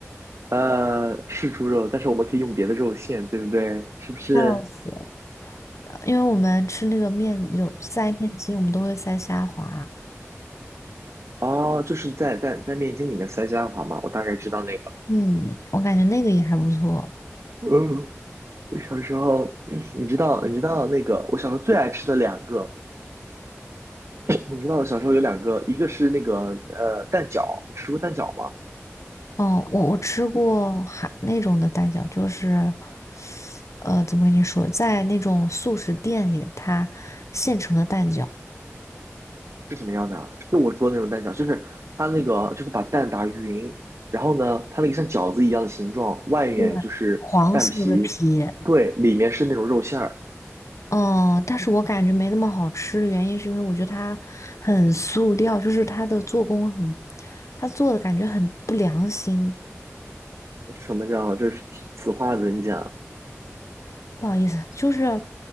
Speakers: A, on the right; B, on the left.
A: 呃，是猪肉，但是我们可以用别的肉馅，对不对？是不是？
B: 笑死了！因为我们吃那个面有塞面筋，我们都会塞虾滑。
A: 哦，就是在在在面筋里面塞虾滑嘛，我大概知道那个。
B: 嗯，我感觉那个也还不错。
A: 嗯，我小时候，你知道，你知道那个，我小时候最爱吃的两个，你知道小时候有两个，一个是那个呃蛋饺，你吃过蛋饺吗？
B: 嗯，我我吃过还那种的蛋饺，就是呃，怎么跟你说，在那种速食店里，它现成的蛋饺，
A: 是什么样的啊？就我说的那种蛋饺，就是它那个就是把蛋打匀，然后呢，它那个像饺子一样的形状，外面就是蛋皮，
B: 对黄色的皮。
A: 对，里面是那种肉馅儿。
B: 嗯，但是我感觉没那么好吃的原因是因为我觉得它很塑料，就是它的做工很，它做的感觉很不良心。
A: 什么叫这是此话怎讲？
B: 不好意思，就是，